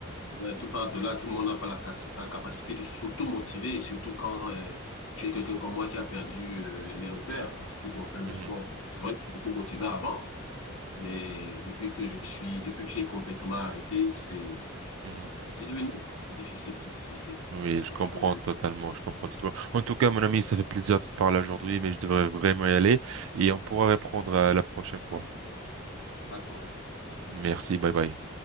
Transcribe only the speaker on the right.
Mhm,
mhm.
Oui, je
comprends
totalement, je comprends totalement. En tout cas, mon ami, ça fait plaisir de te parler aujourd'hui, mais je devrais vraiment y aller et on pourra reprendre euh, la prochaine fois.
Merci, bye bye.